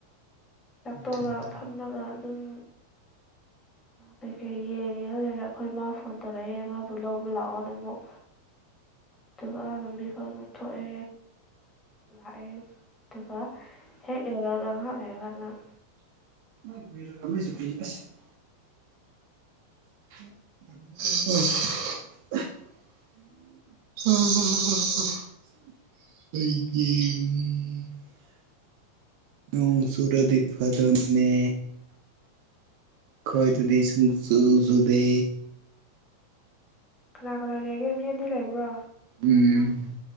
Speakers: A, on the left (about 20°); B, on the right (about 45°).
A: ꯇꯥꯛꯄꯑꯒ
B: ꯏꯊꯟꯇ
A: ꯐꯝꯅꯕ ꯑꯗꯨꯝ ꯀꯩꯀꯩ ꯌꯦꯡꯉ ꯑꯩꯈꯣꯏ ꯃꯥ ꯐꯣꯟ ꯇꯧꯔꯛꯑꯦ ꯃꯥꯕꯨ ꯂꯧꯕ ꯂꯥꯛꯑꯣꯅ ꯑꯃꯨꯛ ꯑꯗꯨꯒ ꯂꯝꯕꯤ ꯐꯥꯎ ꯑꯃꯨꯛ ꯊꯣꯛꯑꯦ ꯂꯥꯏꯑ ꯑꯦ ꯑꯗꯨꯒ ꯍꯦꯛ ꯌꯔꯒꯍꯥꯛ ꯂꯩꯔꯀꯗꯪ
B: ꯑꯩꯈꯣꯏꯒꯤ <unintelligible> ꯅꯣꯡ ꯁꯨꯔꯗꯤ ꯐꯗꯅꯅꯦ ꯈꯣꯏꯗꯗꯤ ꯁꯨꯡ ꯁꯨ ꯁꯨꯗꯦ
A: ꯀꯅꯥ ꯀꯅꯥ ꯂꯩꯒꯦ ꯃꯤ ꯑꯅꯤ ꯂꯩꯕ꯭ꯔꯣ
B: ꯎꯝ